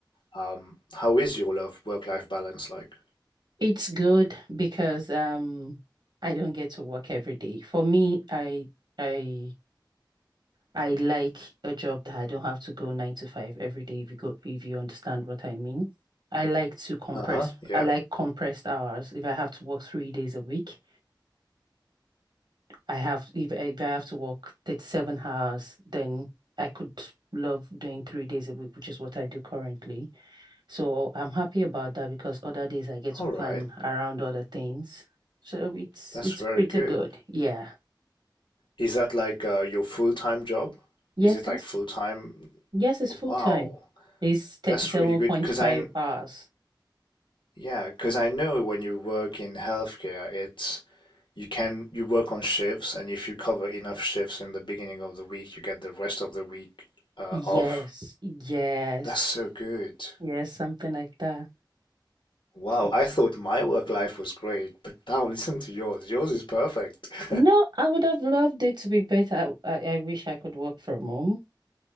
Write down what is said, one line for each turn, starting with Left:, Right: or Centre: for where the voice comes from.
Left: Um, how is your love work-life balance like?
Right: it's good because um I don't get to work every day. For me, I I I like a job that I don't have to go nine to five every day if you go if you understand what I mean. I like to compress
Left: Uh-huh, yeah.
Right: I like compressed hours. If I have to work three days a week, I have if if I have to work 37 hours, then I could love doing three days a week, which is what I do currently. So I'm happy about that because other days I get to
Left: All
Right: plan
Left: right,
Right: around other things. So it's
Left: that's
Right: it's
Left: very
Right: pretty
Left: good.
Right: good. Yeah.
Left: Is that like uh, your full-time job?
Right: Yes,
Left: Is it
Right: that's
Left: like full-time?
Right: yes, it's
Left: Wow,
Right: full time. It's 37.5
Left: that's really good. Because I
Right: hours.
Left: Yeah, because I know when you work in healthcare, it's you can you work on shifts, and if you cover enough shifts in the beginning of the week, you get the rest of the week uh,
Right: Yes,
Left: off.
Right: yes,
Left: That's so good.
Right: yes, something like that.
Left: Wow,
Right: Some-
Left: I thought my work life was great, but now listen to yours. Yours is perfect. <laughs>
Right: no, I would have loved it to be better. I, I wish I could work from home.